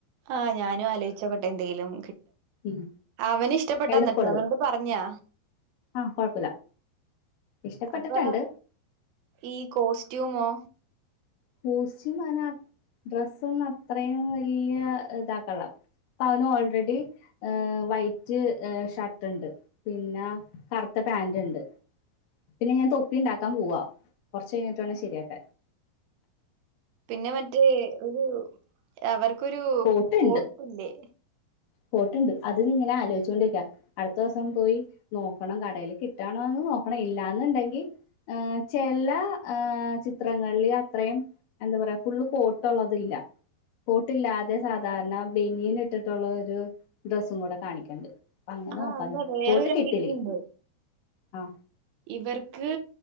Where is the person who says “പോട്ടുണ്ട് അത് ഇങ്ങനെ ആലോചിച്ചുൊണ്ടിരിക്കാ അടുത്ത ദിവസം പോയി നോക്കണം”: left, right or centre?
Left